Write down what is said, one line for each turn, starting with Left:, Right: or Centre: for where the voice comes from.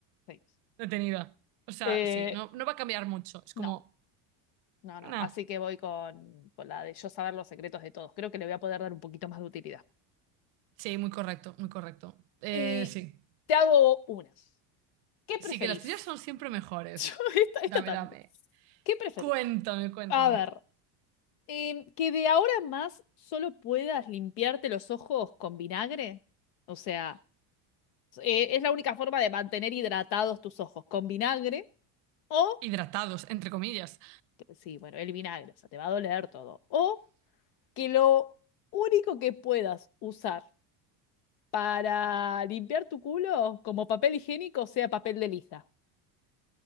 Left: sí.
Right: detenida. O sea,
Left: Eh,
Right: sí, no, no va a cambiar mucho. Es como,
Left: no, no,
Right: no.
Left: no. Así que voy con, con la de yo saber los secretos de todos. Creo que le voy a poder dar un poquito más de utilidad.
Right: Sí, muy correcto, muy correcto. Eh,
Left: Eh,
Right: sí.
Left: te hago una. ¿Qué
Right: Sí,
Left: preferís?
Right: que las tuyas son siempre mejores.
Left: <laughs> Yo, esta, esta
Right: Dame,
Left: también.
Right: dame.
Left: ¿Qué preferís?
Right: Cuéntame, cuéntame.
Left: A ver, em, que de ahora en más solo puedas limpiarte los ojos con vinagre. O sea, eh, es la única forma de mantener hidratados tus ojos con vinagre. O,
Right: Hidratados, entre comillas.
Left: sí, bueno, el vinagre, o sea, te va a doler todo. O que lo único que puedas usar para limpiar tu culo como papel higiénico sea papel de lija.